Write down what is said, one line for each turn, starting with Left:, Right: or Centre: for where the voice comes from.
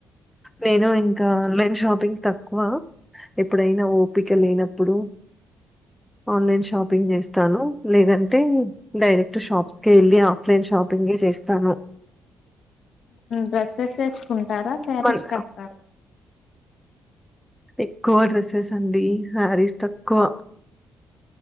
Centre: నేను ఇంకా ఆన్లైన్ షాపింగ్ తక్కువ ఎప్పుడైన ఓపిక లేనప్పుడు ఆన్లైన్ షాపింగ్ చేస్తాను లేదంటే డైరెక్ట్ షాప్స్ కే వెళ్ళి ఆఫ్లైన్ షాపింగ్ చేస్ చేస్తాము
Left: డ్రెస్సెస్ వేసుకుంటారా శారీస్
Centre: మన్
Left: కడ్తారా
Centre: ఎక్కువ డ్రెస్సెస్ అండీ శారీస్ తక్కువ